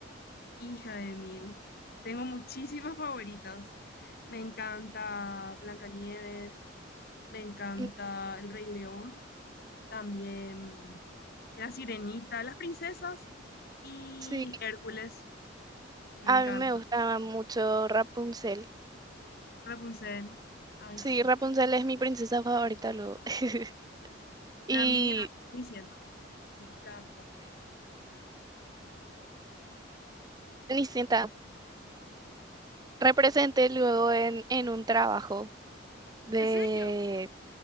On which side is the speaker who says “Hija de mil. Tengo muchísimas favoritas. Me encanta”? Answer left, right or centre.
Left